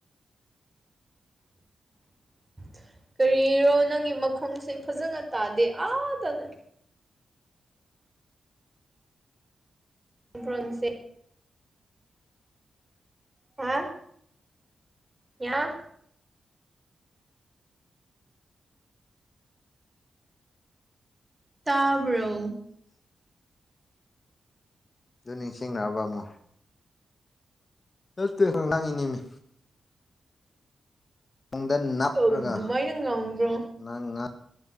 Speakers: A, on the right; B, on the left.
A: <inaudible> ꯀꯔꯤꯔꯣ ꯅꯪꯒꯤ ꯃꯈꯣꯡꯁꯦ ꯐꯖꯅ ꯇꯥꯗꯦ ꯑꯥꯗ ꯂꯩ ꯕ꯭ꯔꯣꯟꯁꯦ ꯍꯥ ꯌꯥ ꯇꯥꯕ꯭ꯔꯣ
B: ꯗꯨ ꯅꯤꯡꯁꯤꯡꯉꯛꯑꯕ ꯑꯃꯨꯛ ꯅꯠꯇꯦ ꯅꯪꯒꯤꯅꯤꯃꯤ ꯀꯣꯡꯗ ꯅꯞꯔꯒ
A: ꯑꯧ ꯑꯗꯨꯃꯥꯏꯅ ꯉꯥꯡꯕ꯭ꯔꯣ
B: ꯅꯪ ꯉꯥꯡ